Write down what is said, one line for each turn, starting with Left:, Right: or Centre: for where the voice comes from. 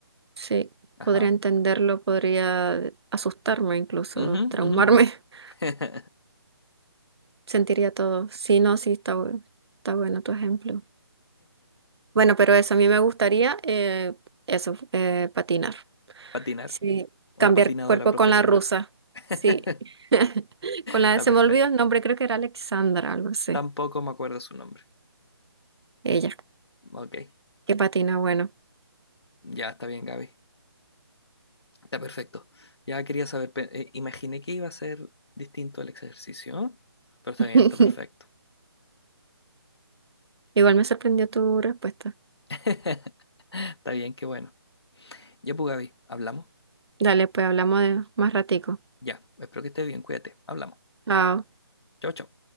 Right: Sí,
Left: Ajá.
Right: podría entenderlo, podría asustarme incluso,
Left: Ujú,
Right: traumarme.
Left: ujú.
Right: <laughs>
Left: <laughs>
Right: Sentiría todo. Sí, no, sí, está, bu- está bueno tu ejemplo. Bueno, pero eso, a mí me gustaría eh, eso, eh, patinar.
Left: Patinar.
Right: Sí,
Left: Una
Right: cambiar
Left: patinadora
Right: cuerpo
Left: profesional.
Right: con la rusa.
Left: <laughs>
Right: Sí. <laughs> Con la,
Left: Está
Right: se
Left: perfecto.
Right: me olvidó el nombre, creo que era Alexandra, algo así.
Left: Tampoco me acuerdo su nombre.
Right: Ella,
Left: Ok.
Right: que patina, bueno.
Left: Ya está bien, Gaby. Está perfecto. Ya quería saber, pe- eh, imaginé que iba a ser distinto el ejercicio, pero está
Right: <laughs>
Left: bien, está perfecto.
Right: Igual me sorprendió tu respuesta.
Left: <laughs> Está bien, qué bueno. Ya, pues, Gaby, hablamos.
Right: Dale, pues hablamos de más ratico.
Left: Ya, espero que estés bien, cuídate, hablamos.
Right: Chao.
Left: Chau, chau.